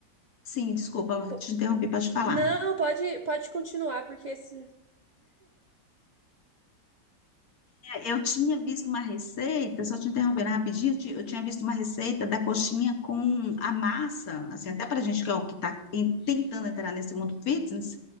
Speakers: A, on the left; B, on the right.
A: Sim, desculpa, eu
B: po-
A: te interrompi para te falar.
B: Não, pode, pode continuar, porque esse,
A: Eu tinha visto uma receita, só te interrompendo rapidinho, eu ti- eu tinha visto uma receita da coxinha com a massa, assim, até para gente que é o que está tentando entrar nesse mundo fitness,